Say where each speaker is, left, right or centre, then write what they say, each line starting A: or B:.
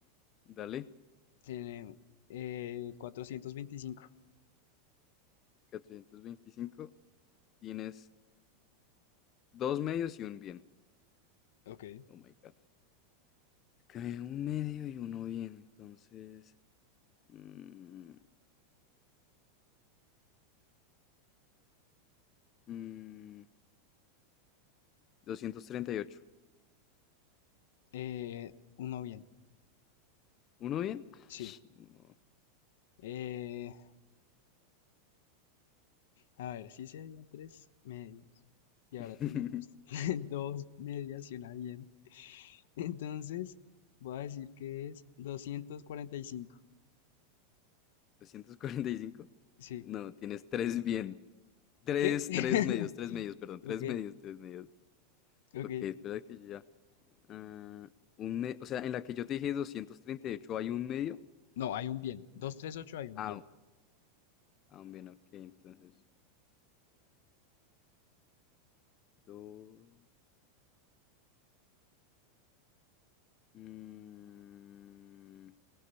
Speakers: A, on the left (about 30°); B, on the left (about 75°).
A: dale.
B: Tiene eh, 425.
A: 425. Tienes dos medios y un bien.
B: Ok.
A: Oh my God. Que un medio y uno bien, entonces. mm, mm, 238.
B: Eh, uno bien,
A: ¿Uno bien? Ay,
B: sí.
A: no.
B: Eh, a ver, sí serían tres medias. Y ahora
A: <laughs>
B: tenemos <laughs> dos medias y una bien. Entonces, voy a decir que es doscientos cuarenta y cinco
A: ¿trescientos cuarenta y cinco,
B: Sí.
A: No, tienes tres bien. Tres,
B: ¿Qué? <laughs>
A: tres medios, tres medios, perdón,
B: Ok,
A: tres medios, tres medios.
B: ok.
A: Ok, espera que yo ya. ah, un me- o sea, en la que yo te dije 238 hay un medio.
B: No, hay un bien. doscientos treinta y ocho hay un
A: Ah,
B: bien.
A: ah, bien, ok, entonces. Dos. mm,